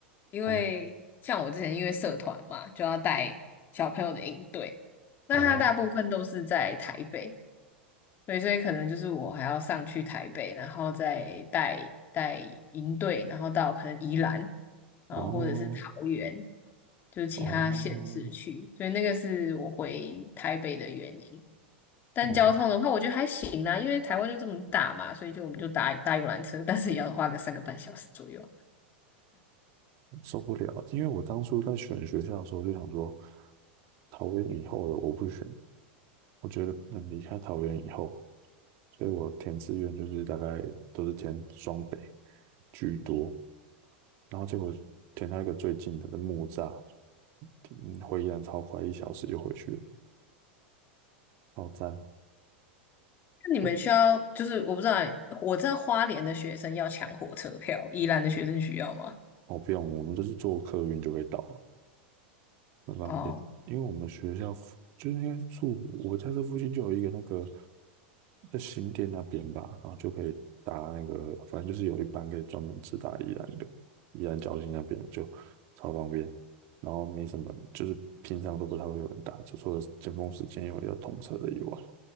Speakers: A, on the left; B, on the right.
A: 因为像我之前因为社团嘛，
B: 哦，
A: 就要带小朋友的营队，那他大部分都是在台北，
B: 哦
A: 对，所以可能就是我还要上去台北，然后再带带营队，然后到可能宜兰，然后或者是桃园，
B: 哦
A: 就是其他县市去，
B: 哦
A: 所以那个是我回台北的原因。但交通的话，
B: 哦，
A: 我觉得还行啦，因为台湾就这么大嘛，所以就我们就搭搭游览车，但是也要花个三个半小时左右。
B: 受不了！因为我当初在选学校的时候就想说，桃园以后的我不选，我觉得能离开桃园以后，所以我填志愿就是大概都是填双北居多，然后结果填到一个最近的在木栅，嗯回宜兰超快，一小时就回去了，好赞！<laughs>
A: 那你们需要，
B: 呃
A: 就是我不知道，我知道花莲的学生要抢火车票，宜兰的学生需要吗？
B: 哦，不用，我们就是坐客运就可以到了。很方便，
A: 哦，
B: 因为我们学校附就应该住我家这附近就有一个那个在新店那边吧，然后就可以搭那个，反正就是有一班可以专门直达宜兰的，宜兰礁溪那边的就超方便，然后没什么，就是平常都不太会有人搭，就除了尖峰时间有要通车的以外，